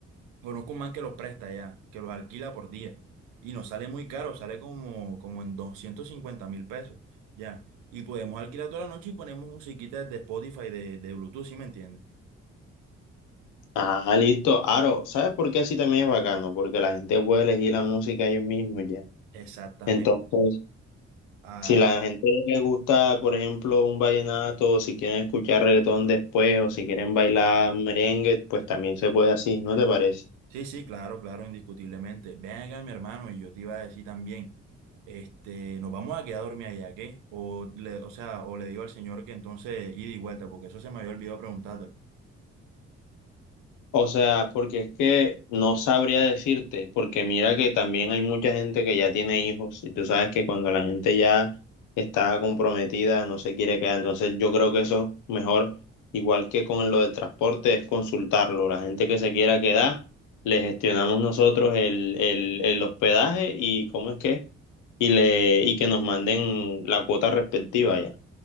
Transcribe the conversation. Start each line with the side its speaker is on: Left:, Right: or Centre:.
Right: conozco un man que los presta ya, que los alquila por día. Y nos sale muy caro, sale como, como en doscientos cincuenta mil pesos, ya. Y podemos alquilar toda la noche y ponemos musiquita de Spotify, de, de Bluetooth, ¿sí me entiendes?
Left: Ah, listo. Aro, ¿sabes por qué así también es bacano? Porque la gente puede elegir la música ellos mismos ya.
Right: Exactamente.
Left: Entonces,
Right: Claro.
Left: si la gente le gusta, por ejemplo, un vallenato, o si quieren escuchar reggaetón después, o si quieren bailar merengue, pues también se puede así, ¿no te parece?
Right: Sí, sí, claro, claro, indiscutiblemente. Ven acá, mi hermano, y yo te iba a decir también, este, nos vamos a quedar a dormir allá, ¿qué? O le, o sea, o le digo al señor que entonces ida y vuelta, porque eso se me había olvidado preguntártelo.
Left: O sea, porque es que no sabría decirte, porque mira que también hay mucha gente que ya tiene hijos y tú sabes que cuando la gente ya está comprometida no se quiere quedar, entonces yo creo que eso es mejor, igual que con lo del transporte, es consultarlo. La gente que se quiera quedar, le gestionamos nosotros el, el, el hospedaje y cómo es que, y le, y que nos manden la cuota respectiva ya.